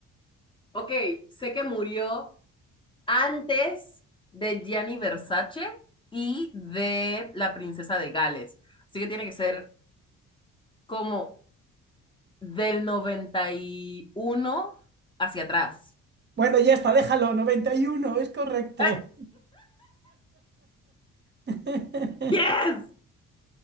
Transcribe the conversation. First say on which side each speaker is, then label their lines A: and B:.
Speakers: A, on the left; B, on the right.
A: ok, sé que murió antes de Gianni Versace y de la princesa de Gales. Así que tiene que ser como del 91 hacia atrás.
B: Bueno, ya está, déjalo, Noventa y uno, es correcto.
A: ¡Ay,
B: <laughs>
A: ¡Yes!